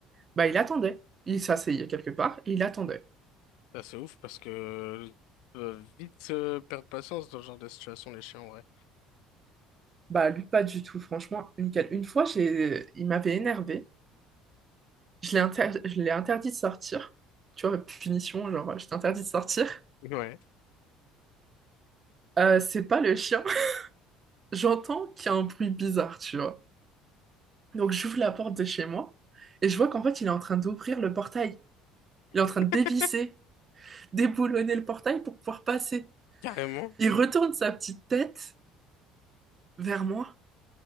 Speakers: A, on the right (about 30°); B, on the left (about 80°).
A: Bah, il attendait. Il s'asseyait quelque part et il attendait.
B: Bah, c'est ouf parce que euh, vite euh, perdre patience dans ce genre de situation, les chiens, ouais.
A: Bah, lui, pas du tout, franchement, nickel. Une fois, j'ai... il m'avait énervé. Je l'ai inter- je l'ai interdit de sortir. Tu vois, punition, genre, je t'ai interdit de sortir.
B: Ouais,
A: Euh, c'est pas le chien. <laughs> J'entends qu'il y a un bruit bizarre, tu vois. Donc, j'ouvre la porte de chez moi et je vois qu'en fait, il est en train d'ouvrir le portail. Il est en train de dévisser,
B: <laughs>
A: déboulonner le portail pour pouvoir passer.
B: carrément.
A: Il retourne sa petite tête vers moi.